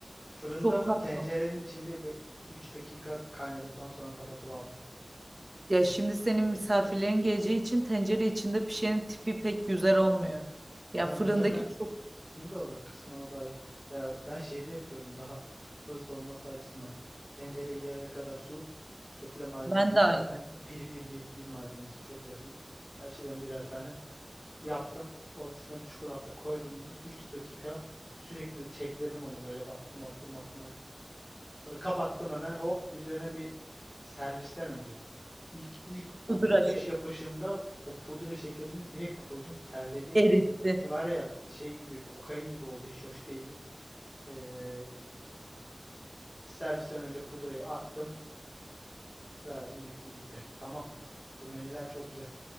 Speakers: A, on the left (about 20°); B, on the right (about 40°).
A: Fırında
B: çok
A: mı
B: tatlı.
A: tencerenin içinde 3 dakika kaynadıktan sonra kapatılıp mı?
B: Ya şimdi senin misafirlerin geleceği için tencere içinde pişenin tipi pek güzel olmuyor. Ya
A: Onun
B: fırındaki
A: üzerine
B: çok
A: ne doğru kısmen o da iyi. Ya ben şeyde yapıyorum daha hızlı olması açısından. Tencereyi yarıya kadar su, sufle malzemeleri
B: ben de aynı.
A: zaten bir bir bir bir malzemesi çok basit. Her şeyden birer tane. Yaptım. Ortasına bir çikolata koydum bunu. üç dakika sürekli çekledim onu böyle baktım baktım baktım baktım. Sonra kapattım hemen hop üzerine bir servisten önce. İlk ilk 35
B: Pudra şekli
A: yapışımda o pudra şekerini direkt koydum terledi.
B: erittin.
A: Ve var ya şey gibi kokain gibi oldu hiç hoş değildi. Ee, servisten önce pudrayı attım verdim bitti gitti. Tamam bu menüler çok güzel.